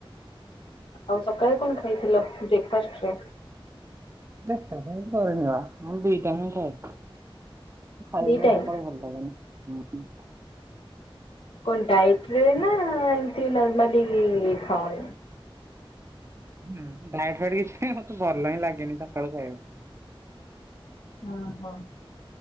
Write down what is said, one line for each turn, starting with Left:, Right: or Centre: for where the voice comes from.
Left: ଆଉ ସକାଳେ କଣ ଖାଇଥିଲ ବ୍ରେକ୍ ଫାଷ୍ଟରେ?
Right: ବ୍ରେକ୍ ଫାଷ୍ଟ୍ ମୁଁ କରେନିବା ମୁଁ ଦି ଟାଇମ୍ ଖାଏ ଖାଇବା
Left: ଦି
Right: ପାଇଁ
Left: ଟାଇମ୍?
Right: ସକାଳୁ ଭଲ <unintelligible> ଉଁ ହୁଁ।
Left: କଣ ଡାଇଟ୍ରେନା ଏମିତି ନର୍ମାଲି ଖାଓନି?
Right: ହୁଁ ଡାଇଟ୍ ଫାଇଟ୍ କିଛି ନାହିଁ ମତେ ଭଲହିଁ ଲାଗେନି ସକାଳୁ ଖାଇବାକୁ।
Left: ଓହୋ